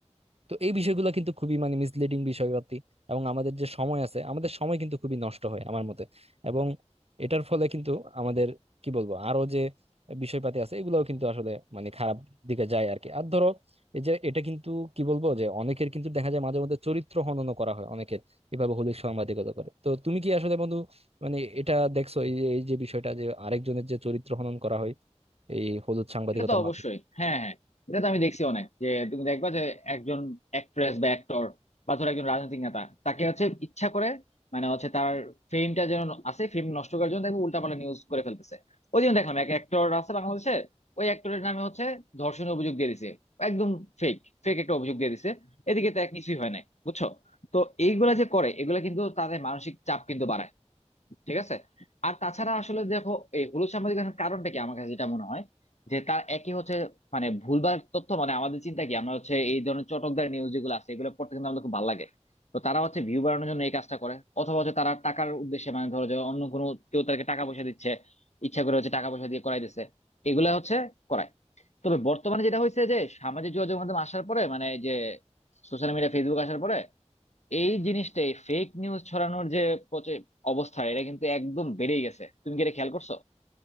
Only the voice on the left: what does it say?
এটা তো অবশ্যই
হ্যাঁ হ্যাঁ এটা তো আমি দেখছি অনেক যে তুমি দেখবা যে একজন অ্যাক্ট্রেস বা অ্যাক্টর বা ধরো একজন রাজনৈতিক নেতা তাকে হচ্ছে ইচ্ছা করে মানে হচ্ছে তার ফেমটা যেন আছে ফেম নষ্ট করার জন্য দেখবে উল্টাপাল্টা নিউজ করে ফেলতেছে ওই জন্য দেখলাম এক অ্যাক্টর আছে বাংলাদেশে ওই অ্যাক্টরের নামে হচ্ছে ধর্ষণের অভিযোগ দিয়ে দিছে একদম ফেক ফেক একটা অভিযোগ দিয়ে দিছে এদিকে তো এক কিছুই হয় নাই বুঝছো তো এইগুলা যে করে এগুলা কিন্তু তাদের মানসিক চাপ কিন্তু বাড়ায় ঠিক আছে আর তাছাড়া আসলে দেখো এই হলুদ সাংবাদিকতার কারণটা কি আমার কাছে যেটা মনে হয় যে তার একই হচ্ছে মানে ভুলভাল তথ্য মানে আমাদের চিন্তা কি আমরা হচ্ছে এই ধরনের চটকদার নিউজ যেগুলো আছে এগুলো পড়তে কিন্তু আমাদের খুব ভালো লাগে তো তারা হচ্ছে ভিউ বাড়ানোর জন্য এই কাজটা করে অথবা হচ্ছে তারা টাকার উদ্দেশ্যে মানে ধরো যে অন্য কোনো কেউ তাদেরকে টাকা পয়সা দিচ্ছে ইচ্ছা করে হচ্ছে টাকা পয়সা দিয়ে করাই দিচ্ছে এগুলা হচ্ছে করায় তবে বর্তমানে যেটা হয়েছে যে সামাজিক যোগাযোগ মাধ্যম আসার পরে মানে এই যে সোশ্যাল মিডিয়া ফেসবুক আসার পরে এই জিনিসটাই ফেক নিউজ ছড়ানোর যে প্রচে- অবস্থা এটা কিন্তু একদম বেড়েই গেছে তুমি কি এটা খেয়াল করছো